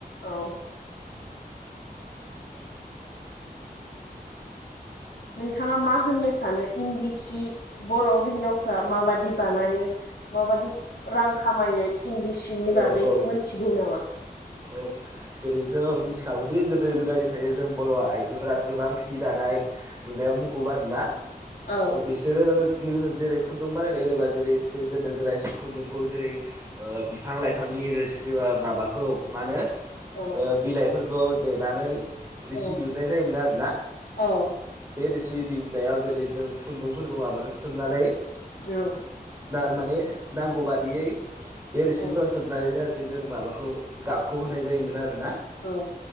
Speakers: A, on the left (about 80°); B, on the right (about 20°).
A: औ नोंथाङा मा होननो सानो इन्दि सि बर' हिन्जावफ्रा माबादि बानायो माबादि रां खामायो इंन्दिसिनि बागै
B: औ औ
A: मोनथिगौ नामा
B: औ जेरै जों मिथिखागौदि गोदो गोदायनिफ्रायनो जों बर' आइजोफोरा गोबां सि दानाय नुनायाव मुखुब आरोना
A: औ
B: बिसोरो जेरै खुन्दुं बानायनाय होनोबा जेरै गोदो गोदाय खुन्दुंखौ जेरै ओ बिफां लाइफांनि नि रोसि माबाखौ मा होनो
A: औ
B: ओ बिलाइफोरखौ देनानै रिसि
A: औ
B: दिहुननाय जायोमोन आरोना
A: औ
B: बे रोसि दै दुनायाव जेरै जों खुन्दुंफोरखौ माबानानै सोमनानै
A: औ
B: माने नांगौ बादियै बे रोसिफोराव
A: औ
B: सोबनानै जाहाथे जों माबाखौ गाबखौ होनाय जायोमोन आरो ना
A: औ